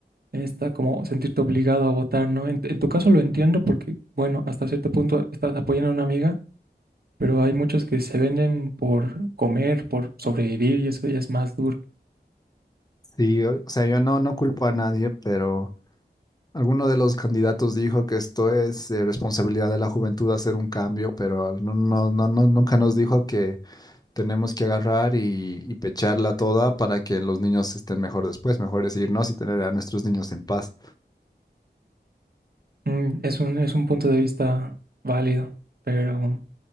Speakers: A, on the right (about 55°); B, on the left (about 20°).
A: en esta como sentirte obligado a votar, ¿no? En, en tu caso lo entiendo porque, bueno, hasta cierto punto estás apoyando a una amiga, pero hay muchos que se venden por comer, por sobrevivir y eso ya es más duro.
B: Sí, o o sea, yo no, no culpo a nadie, pero alguno de los candidatos dijo que esto es eh, responsabilidad de la juventud hacer un cambio, pero no, no, no, no, nunca nos dijo que tenemos que agarrar y, y pecharla toda para que los niños estén mejor después. Mejor es irnos y tener a nuestros niños en paz.
A: Mm, Es un, es un punto de vista válido, pero